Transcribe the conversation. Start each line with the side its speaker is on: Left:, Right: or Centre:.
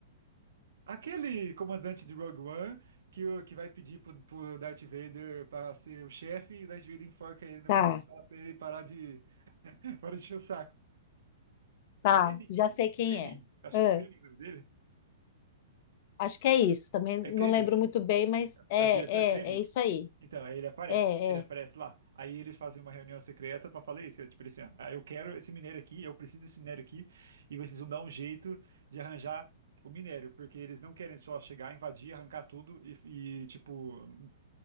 Right: Aquele comandante de Rogue One que, o- que vai pedir pro, pro Darth Vader para ser o chefe e o Darth Vader enforca ele no
Left: tá,
Right: final e fala pra ele parar de, <laughs> parar de encher o saco.
Left: tá.
Right: Krennic?
Left: Já sei quem
Right: Krennic?
Left: é.
Right: Acho
Left: É,
Right: que Krennic é o nome dele.
Left: acho que é isso. Também
Right: É
Left: não
Right: Krennic.
Left: lembro muito bem, mas é,
Right: É o diretor Krennic.
Left: é, é isso aí.
Right: Então, aí ele aparece.
Left: É,
Right: Ele aparece
Left: é.
Right: lá. Aí eles fazem uma reunião secreta pra falar isso. que é Tipo assim, ó, ah, eu quero esse minério aqui, eu preciso desse minério aqui, e vocês vão dar um jeito de arranjar o minério, porque eles não querem só chegar, invadir, arrancar tudo e, e, tipo,